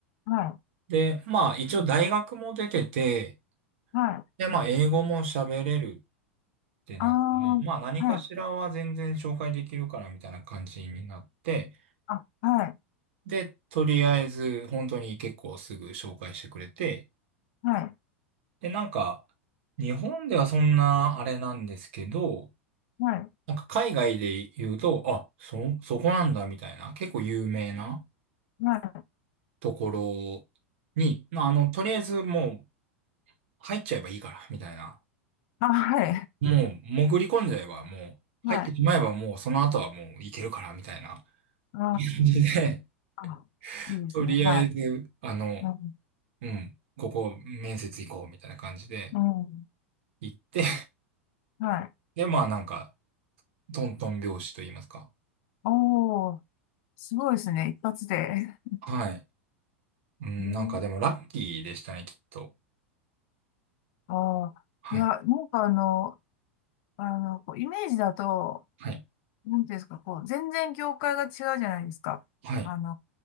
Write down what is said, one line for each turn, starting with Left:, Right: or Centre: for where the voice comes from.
Left: はい、
Right: で、まあ一応大学も出てて、
Left: はい、はい、
Right: で、まあ英語も喋れるってなって、
Left: あ
Right: まあ何かしらは全然紹介できるからみたいな感じになって、
Left: あはい、あ、はい、
Right: で、とりあえず本当に結構すぐ紹介してくれて、
Left: はい、
Right: で、なんか日本ではそんなあれなんですけど、
Left: はい、
Right: なんか海外で言うと、あ、そ、そこなんだみたいな、結構有名な、
Left: はい、
Right: ところに、まあ、あの、とりあえずもう入っちゃえばいいから、みたいな。
Left: あ、はい、
Right: もう潜り込んじゃえば、もう入ってしまえばもうその後はもういけるから、
Left: はい、
Right: みたいな感
Left: あ
Right: じで、
Left: ああ、
Right: <laughs>
Left: いいですね、
Right: とりあえず、
Left: はい、
Right: あの、
Left: うん、
Right: うん、ここ面接行こう、みたいな感じで
Left: うん、
Right: 行って、
Left: はい、
Right: で、まあなんか、トントン拍子と言いますか。
Left: おおすごいですね、一発で。
Right: はい。うん、
Left: ね
Right: なんかでもラッキーでしたね、きっと。
Left: ああ、
Right: はい。
Left: いや、なんかあの、あの、こうイメージだと、
Right: はい。
Left: なんていうんですか、こう、全然業界が違うじゃないですか。
Right: はい。
Left: あの、